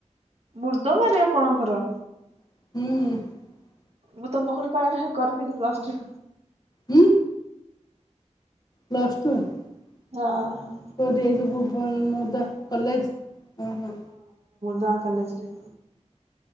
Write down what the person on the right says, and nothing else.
ମୃଦବାରେ ଆପଣଙ୍କର?
ମୁଁ ତ ମହଲ ପା ନା କରିଥିଲି ପ୍ଲସ ଥ୍ରି।
ହଁ
ଗା କଲେଜରେ।